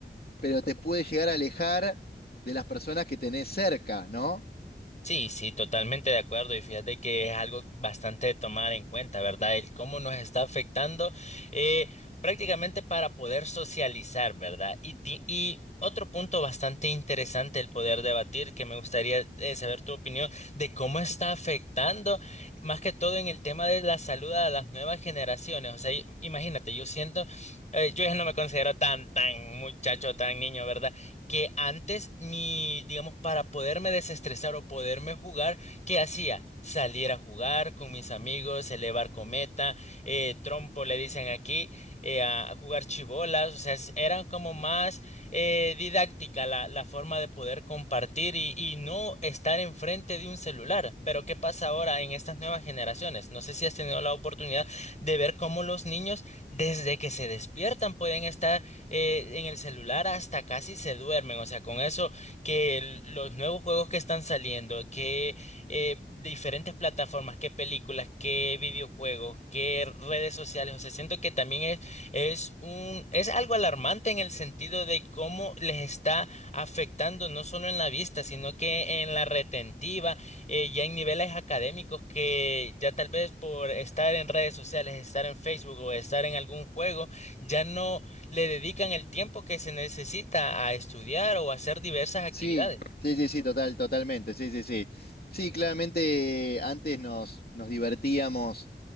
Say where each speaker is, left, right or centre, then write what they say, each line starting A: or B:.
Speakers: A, on the left; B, on the left.
A: pero te puede llegar a alejar de las personas que tenés cerca, ¿no?
B: Sí, sí, totalmente de acuerdo. Y fíjate que es algo bastante de tomar en cuenta, ¿verdad? El cómo nos está afectando eh, prácticamente para poder socializar, ¿verdad? Y, ti- y otro punto bastante interesante el poder debatir, que me gustaría eh, saber tu opinión de cómo está afectando, más que todo en el tema de la salud a las nuevas generaciones. O sea, i- imagínate, yo siento, eh, yo ya no me considero tan, tan muchacho, tan niño, ¿verdad? que antes mi, digamos, para poderme desestresar o poderme jugar, ¿qué hacía? Salir a jugar con mis amigos, elevar cometa, eh, trompo le dicen aquí, eh, a jugar chibolas, o sea, s- era como más eh, didáctica la, la forma de poder compartir y, y no estar enfrente de un celular. Pero ¿qué pasa ahora en estas nuevas generaciones? No sé si has tenido la oportunidad de ver cómo los niños desde que se despiertan pueden estar eh, en el celular hasta casi se duermen. O sea, con eso que el- los nuevos juegos que están saliendo, que eh, diferentes plataformas, que películas, que videojuegos, que redes sociales. O sea, siento que también es, es un, es algo alarmante en el sentido de cómo les está afectando no solo en la vista, sino que en la retentiva eh, ya en niveles académicos que ya tal vez por estar en redes sociales, estar en Facebook o estar en algún juego, ya no le dedican el tiempo que se necesita a estudiar o a hacer diversas actividades.
A: Sí, sí, sí, sí, total, totalmente, sí, sí, sí. Sí, claramente eh, antes nos, nos divertíamos